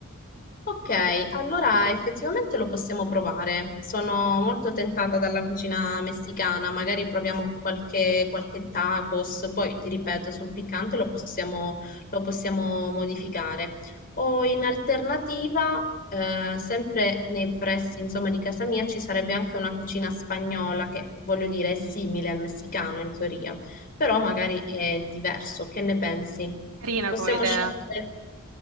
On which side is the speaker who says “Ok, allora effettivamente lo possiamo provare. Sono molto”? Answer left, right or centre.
Left